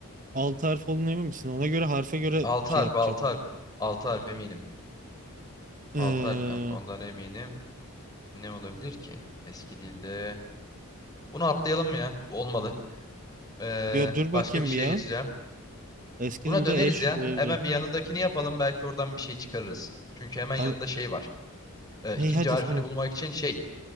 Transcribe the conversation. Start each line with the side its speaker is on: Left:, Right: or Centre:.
Right: altı harf olduğuna emin misin? Ona göre harfe göre
Left: Altı
Right: şey
Left: harf,
Right: yapacağım.
Left: altı harf. Altı harf eminim.
Right: Ee,
Left: Altı harf kanka ondan eminim. Ne olabilir ki? Eski dilde. Bunu atlayalım mı ya? Bu olmadı. Ee,
Right: ya dur bakayım
Left: başka bir şeye
Right: bir ya.
Left: geçeceğim.
Right: Eski
Left: Buna
Right: dilde
Left: döneriz
Right: eş,
Left: ya.
Right: zevce.
Left: Hemen bir yanındakini yapalım. Belki oradan bir şey çıkarırız. Çünkü hemen yanında
Right: Abi,
Left: şey var. Ee,
Right: hey
Left: ikinci
Right: hadi
Left: harfini
Right: tamam.
Left: bulmak için şey.